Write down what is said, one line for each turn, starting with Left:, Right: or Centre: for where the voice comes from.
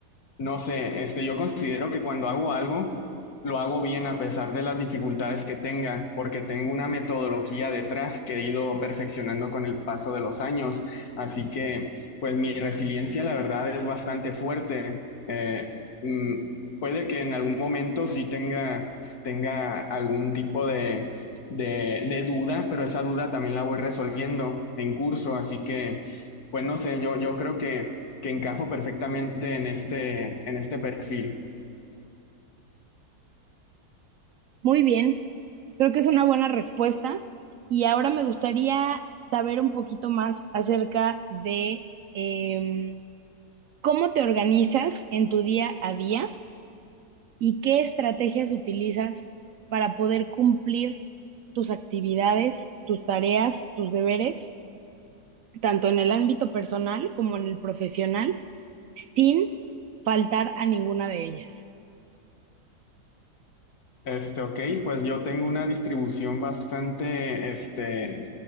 Left: no sé, este, yo considero que cuando hago algo, lo hago bien a pesar de las dificultades que tenga, porque tengo una metodología detrás que he ido perfeccionando con el paso de los años. Así que, pues mi resiliencia, la verdad, es bastante fuerte. Eh, mm, puede que en algún momento sí tenga, tenga algún tipo de, de, de duda, pero esa duda también la voy resolviendo en curso. Así que, pues no sé, yo, yo creo que que encajo perfectamente en este, en este perfil.
Right: Muy bien, creo que es una buena respuesta. Y ahora me gustaría saber un poquito más acerca de em, cómo te organizas en tu día a día y qué estrategias utilizas para poder cumplir tus actividades, tus tareas, tus deberes, tanto en el ámbito personal como en el profesional, sin faltar a ninguna de ellas.
Left: Este, ok, pues yo tengo una distribución bastante, este,